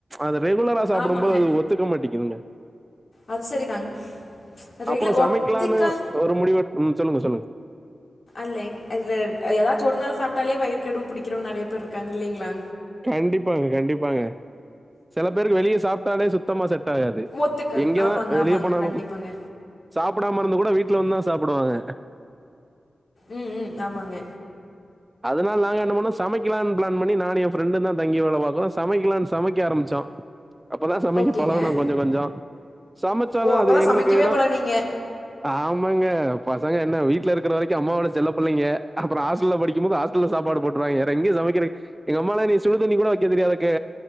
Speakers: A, on the right; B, on the left.
A: அதை ரெகுலரா சாப்டும்
B: ஆமாங்க
A: போது அது ஒத்துக்க மாட்டிக்குதுங்க
B: அது சரிதாங் ரெகுல
A: அப்பறொ
B: ஒத்திக்கா
A: சமைக்லான்னு ஒரு முடிவு எடுத் ம் சொல்லுங்க சொல்லுங்க
B: அல்லே அது ஏதாச்சு ஒரு நாள் சாப்ட்டாலே வயிறு கெடுவு புடிக்கிறவங்க நறைய பேர் இருக்காங்க இல்லைங்ளா
A: கண்டிப்பாங்க கண்டிப்பாங்க செல பேருக்கு வெளிய சாப்ட்டாலே சுத்தமா செட் ஆகாது
B: ஒத்துக்காது
A: எங்கதா
B: ஆமாங்க
A: வெளிய
B: ஆமாங்க
A: போனாலும்
B: கண்டிப்பாங்க
A: சாப்டாம இருந்து கூட வீட்ல வந்துதா சாப்டுவாங்க
B: ம் ம் ஆமாங்க
A: அதனால நாங்க என்ன பண்ணோ சமைக்கிலான் பிளான் பண்ணி நானு எ ஃப்ரெண்டுதா தங்கி வேல பாக்குறோ சமைக்கலான் சமைக்க ஆரம்பிச்சோ அப்பதா சமைக்க
B: ஓகேங்க
A: பழகுனோ கொஞ்ச கொஞ்சொ சமைச்சாலு
B: ஓ அப்பதான்
A: அது எங்ளுக்குதா
B: சமைக்கவே பழகுனீங்க
A: ஆமாங்க பசங்க என்ன வீட்ல இருக்கற வரைக்கு அம்மாவோட செல்ல புள்ளைங்க அப்பறொ ஹாஸ்டல்ல படி க்கிமோது ஹாஸ்டல்ல சாப்பாடு போட்ருவாங்க வேற எங்க சமைக்கிற எங்க அம்மாலா எனக் சுடுதண்ணி கூட வெக்க தெரியாததுக்கு